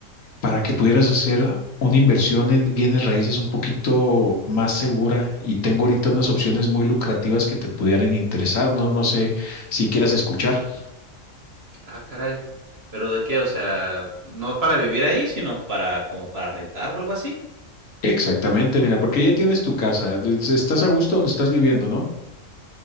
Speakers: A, on the left (about 75°); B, on the right (about 50°).
A: para que pudieras hacer una inversión en bienes raíces un poquito más segura y tengo ahorita unas opciones muy lucrativas que te pudieran interesar, no, no sé si quieras escuchar.
B: Ah, caray. ¿Pero de qué? O sea, no para vivir ahí, sino para como para rentar o algo así.
A: Exactamente, mira, porque ya tienes tu casa, eh, es- estás a gusto donde estás viviendo, ¿no?